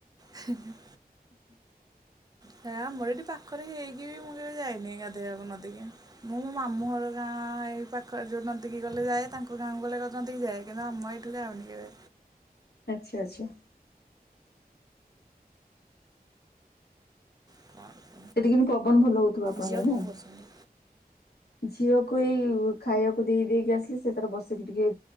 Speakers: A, on the right; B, on the left.
A: ହେଁ ହେଁ। ହେ ଆମର ଏଠି ପାଖରେ ହେଇକି ବି ମୁଁ କେବେ ଯାଇନି ଗାଧୋଇବାକୁ ନଦୀକି। ମୁଁ ମୋ ମାମୁଁ ଘର ଗାଁ ଏଇ ପାଖ ଖ ଯଉ ନଦୀକି ଗଲେ ଯାଏ ତାଙ୍କୁ ଗାଁ ଗଲେ ନଦୀକି ଯାଏ କିନ୍ତୁ ଆମ ଏଇଠୁ ଯାଉନି କେବେ।
B: ଆଚ୍ଛା ଆଚ୍ଛା।
A: <inaudible>
B: ସେଠିକି କିନ୍ତୁ ପବନ ଭଲ ହଉଥିବ ଆପଣଙ୍କର
A: ଝିଅ କଣ
B: ନାଇ?
A: କରୁଛନ୍ତି?
B: ଝିଅକୁ ଏଇ ଖାଇବାକୁ ଦେଇ ଦେଇକି ଆସିଲି ସେ ତାର ବସିକି ଟିକେ